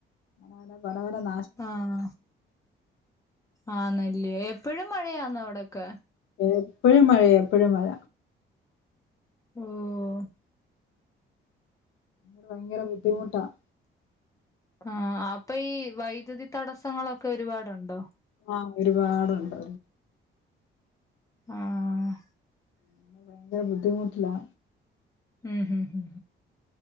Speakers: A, on the left; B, on the left.
A: <unintelligible>
B: ആഹ് ആന്നല്ലേ എപ്പഴും മഴയാന്നോ അവിടൊക്കെ?
A: എപ്പോഴും മഴ എപ്പോഴും മഴ.
B: ഹും
A: ഭയങ്ക ബുദ്ധിമുട്ടാണ്
B: ആഹ അപ്പൊ ഈ വൈദ്യുതി തടസങ്ങളൊക്കെ ഒരുപാടുണ്ടോ
A: ആഹ് ഒരുപാടുണ്ട്
B: ആഹ്
A: അങ്ങനെ ഭയങ്കര ബുദ്ധിമുട്ടിലാ
B: ഉം ഉം ഉം